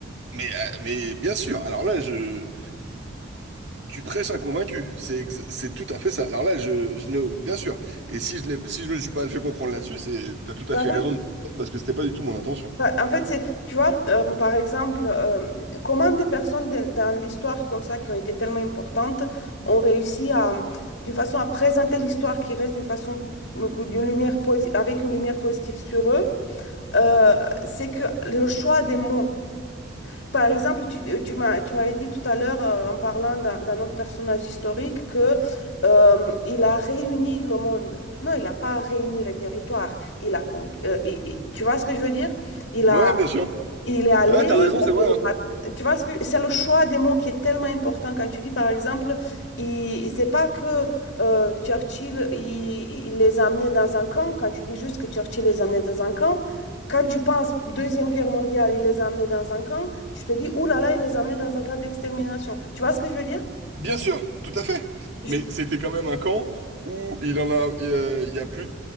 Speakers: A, on the right; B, on the left.
A: mais euh, mais bien sûr. Alors là je Tu prêches un convaincu, c'est ex- c'est tout à fait ça. Alors là, je, je n'ai- bien sûr, et si je ne si je me suis pas fait comprendre là-dessus, c'est t'as tout
B: en
A: à fait
B: fait,
A: raison de parce que c'était pas du tout mon intention.
B: en fait, c'est, tu vois, euh, par exemple, euh, comment des personnes de- dans l'histoire comme ça, qui ont été tellement importantes, ont réussi à, d'une façon à présenter l'histoire qui reste d'une façon, euh, d'une lumière posi- avec une lumière positive sur eux, euh, c'est que le choix des mots. Par exemple, tu, euh, tu m'as, tu m'avais dit tout à l'heure, euh, en parlant d'un d'un autre personnage historique, que, euh, il a réuni le monde. Non, il n'a pas réuni les territoires. Il a con- euh, et- et- tu vois ce que je veux dire? Il a
A: Ouais, ouais, bien sûr.
B: il est allé,
A: Ouais, t'as raison,
B: il
A: c'est
B: a
A: vrai.
B: fait des
A: hein.
B: batailles. Tu vois, ce que- c'est le choix des mots qui est tellement important quand tu dis, par exemple, il, c'est pas que euh, Churchill, il, il les a amenés dans un camp. Quand tu dis juste que Churchill les a amenés dans un camp, quand tu penses Deuxième Guerre mondiale, il les a amenés dans un camp, tu te dis, ouh là là, il les a amenés dans un camp d'extermination. Tu vois ce que je veux dire?
A: Bien sûr, tout à fait.
B: Je-
A: Mais c'était quand même un camp où il en a, euh, il y a plus,